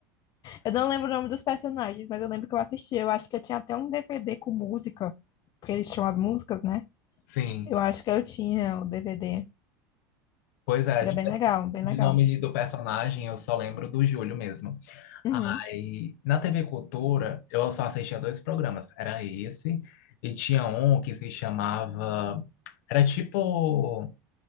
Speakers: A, on the left; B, on the left.
A: Eu não lembro o nome dos personagens, mas eu lembro que eu assisti. Eu acho que eu tinha até um DVD com música, porque eles tinham as músicas, né?
B: sim.
A: Eu acho que eu tinha o DVD.
B: Pois é,
A: Era
B: de,
A: bem legal, bem
B: de
A: legal.
B: nome do personagem eu só lembro do Júlio mesmo.
A: Uhum.
B: Aí, na TV Cultura, eu só assistia dois programas. Era esse, e tinha um que se chamava. Era tipo